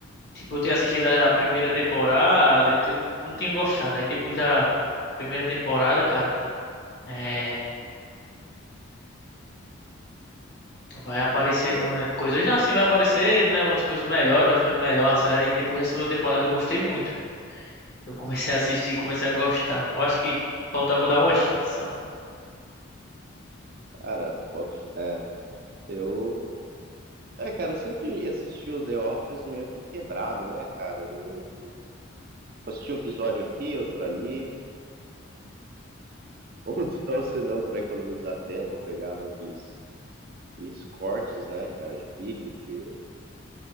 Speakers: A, on the left; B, on the right.
A: tipo, eu tinha assistido a a primeira temporada, eu tinha- não tinha gostado. Aí depois da, da primeira temporada, cara, é, vai aparecendo
B: sim,
A: umas coisas, assim, vai aparecendo, né, umas coisas melhores, vai ficando melhor a série. Aí depois da segunda temporada eu gostei muito. Eu comecei a assistir, comecei a gostar. Eu acho que faltava eu dar uma chance, sabe?
B: cara, boto, fé. é, eu. É, cara, eu sempre assisti o The Office meio que quebrado, né, cara? Meio- Tipo, assistia um episódio aqui, outro ali. <laughs> Ou, ou se não, pra economizar tempo, eu pegava aqueles, aqueles cortes, né, cara, de vídeo, de.